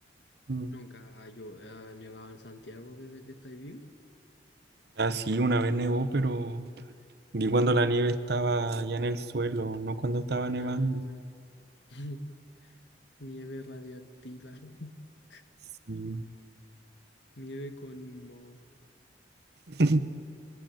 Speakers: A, on the right (about 60°); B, on the left (about 70°).
A: mm.
B: ¿Nunca ha llo- ha nevado en Santiago desde que estáis vivo?
A: Ah, sí, una vez nevó, pero vi cuando la nieve estaba ya en el suelo, no cuando estaba nevando.
B: Ah, <laughs> nieve radiactiva, <laughs>
A: Sí.
B: nieve con moho.
A: <laughs>